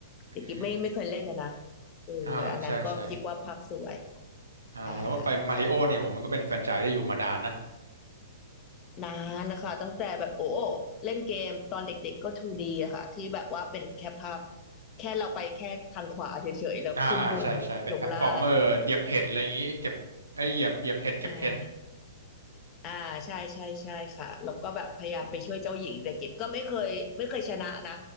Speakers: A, on the left; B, on the right.
A: แต่กิฟไม่ไม่เคยเล่นนะนะ
B: อืม
A: เอออันนั้นก็คิดว่าภาพสวย
B: อ่าอ่าใช่ใช่อ่าแล้วไปมาริโอเนี่ยโหมันก็เป็นแฟรนไชส์ที่อยู่มานานนะ
A: ใช่ค่ะนานนะคะตั้งแต่แบบโอ้เล่นเกมตอนเด็กๆก็ 2D อะค่ะที่แบบว่าเป็นแค่ภาพแค่เราไปแค่ทางขวาเฉยๆแล้วขึ้นบนลงล่าง
B: อ่าอ่าใช่ใช่เป็นแพลตฟอร์มเมอร์เหยียบเห็ดอะไรอย่างงี้เก็บไอยเหยียบเหยียบเห็ดเก็บเห็ด
A: อ่าอ่าใช่ใช่ใช่ค่ะแล้วก็แบบพยายามไปช่วยเจ้าหญิงแต่กิบก็ไม่เคยไม่เคยชนะนะ